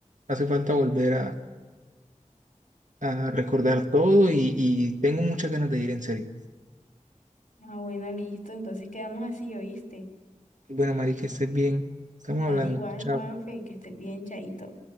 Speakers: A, on the right; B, on the left.
A: hace falta volver a, a recordar todo y, y tengo muchas ganas de ir, en serio.
B: Ah, bueno, listo, entonces quedamos así, ¿oíste?
A: Bueno, Mari, que estés bien. Estamos
B: Dale
A: hablando.
B: igual,
A: Chao.
B: Juanfe, que estés bien, chaito.